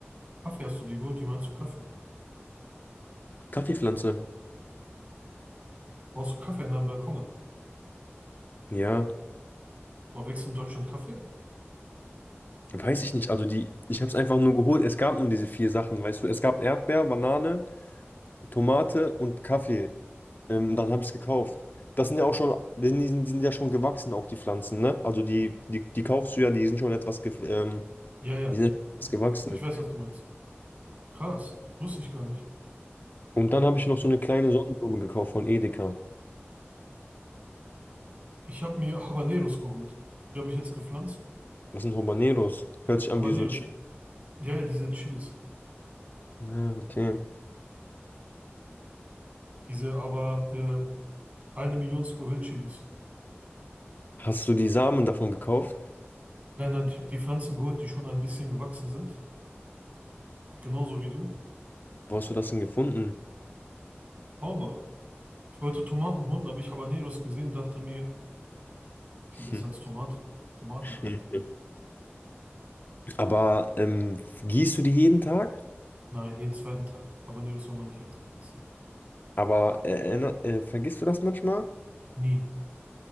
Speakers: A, on the right; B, on the left.
A: Kaffee hast du dir geholt? Wie meinst du Kaffee?
B: Kaffeepflanze.
A: Brauchst du Kaffee an deinem Balkon an?
B: Ja,
A: Boah, wächst in Deutschland Kaffee?
B: weiß ich nicht. Also die, ich habe es einfach nur geholt. Es gab nur diese vier Sachen, weißt du. Es gab Erdbeer, Banane, Tomate und Kaffee. Ähm, dann habe ich es gekauft. Das sind ja auch schon, die sind, die sind ja schon gewachsen, auch die Pflanzen, ne? Also die, die, die kaufst du ja, die sind schon etwas, ge ähm,
A: Ja, ja.
B: die sind schon etwas gewachsen.
A: Ich weiß, was du meinst. Krass. Wusste ich gar nicht.
B: Und dann habe ich noch so eine kleine Sonnenblume gekauft von Edeka.
A: Ich habe mir Habaneros geholt. Die habe ich jetzt gepflanzt.
B: Das sind Habaneros. Hört sich
A: Habaneros.
B: an wie so Chi.
A: Ja, ja, diese Chilis.
B: Ja, okay.
A: Diese aber äh, eine Million Scoville-Chilis.
B: Hast du die Samen davon gekauft?
A: Nein, nein, ich habe die Pflanzen geholt, die schon ein bisschen gewachsen sind. Genauso wie du.
B: Wo hast du das denn gefunden?
A: Hornbach. Ich wollte Tomaten holen, da habe ich Habaneros gesehen, dachte mir, Viel besser
B: Hm.
A: als Tomate. Tomatenanlage.
B: <laughs> Aber ähm, gießt du die jeden Tag?
A: Nein, jeden zweiten Tag. Aber nee, das soll man nicht jeden Tag gießen.
B: Aber äh, erinner- äh, vergisst du das manchmal?
A: Nie.